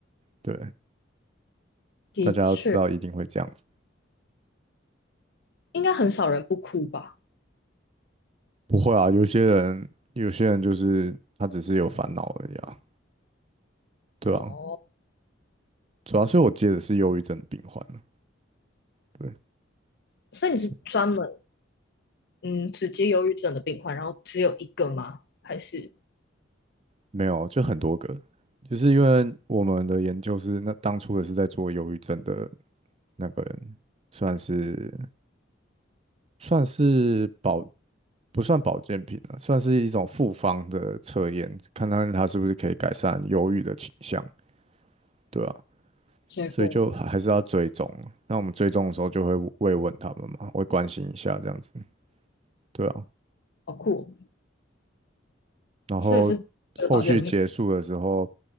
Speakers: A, on the right (about 35°); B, on the left (about 60°).
A: 对，
B: 的确
A: 大家要知道一定会这样子。
B: 应该很少人不哭吧？
A: 不会啊，有些人有些人就是他只是有烦恼而已啊，对啊，
B: 哦，
A: 主要是我接的是忧郁症的病患了，对，
B: 所以你是专门
A: 是
B: 嗯只接忧郁症的病患，然后只有一个吗？还是
A: 没有，就很多个，就是因为我们的研究是那当初也是在做忧郁症的那个人，算是算是保不算保健品了，算是一种复方的测验，看看它是不是可以改善忧郁的倾向，对啊，所以就还还是要追踪，
B: 结果呢？
A: 那我们追踪的时候就会慰问他们嘛，会关心一下这样子，对啊，
B: 好酷哦
A: 然后后续结束的时候。
B: 所以是为了保健品。